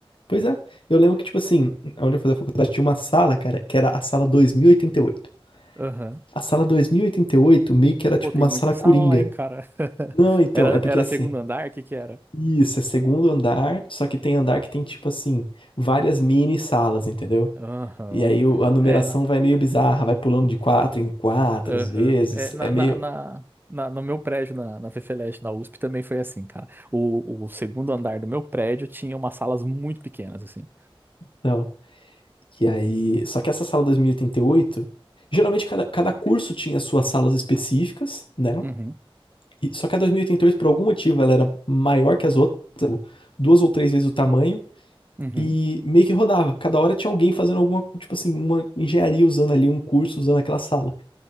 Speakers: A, on the left; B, on the right.
A: Pois é, eu lembro que, tipo assim, onde eu fazia faculdade tinha uma sala, cara, que era a sala dois mil e e oitenta e oito
B: Aham.
A: A sala dois mil e e oitenta e oito meio que era tipo
B: Pô, tem
A: uma
B: muita
A: sala
B: sala
A: coringa.
B: lá, hein, cara. <laughs>
A: Não, então,
B: Era,
A: é porque
B: era
A: assim,
B: segundo andar, o que que era?
A: isso, é segundo andar, só que tem andar que tem, tipo assim, várias mini salas, entendeu?
B: Aham.
A: E aí o- a numeração
B: É, na
A: vai meio bizarra, vai pulando de quatro em quatro
B: Aham.
A: às vezes,
B: É, na,
A: é meio.
B: na, na, na- no meu prédio, na, na FFLeste, na USP, também foi assim, cara. O, o segundo andar do meu prédio tinha umas salas muito pequenas, assim.
A: Não. E aí, só que essa sala dois mil e e oitenta e oito geralmente cada, cada curso tinha suas salas específicas, né?
B: Uhum,
A: E- Só que a 2088, por algum motivo, ela era maior que as outras, tipo, duas ou três vezes o tamanho,
B: uhum,
A: e meio que rodava. Cada hora tinha alguém fazendo alguma, tipo assim, uma engenharia usando ali, um curso usando aquela sala.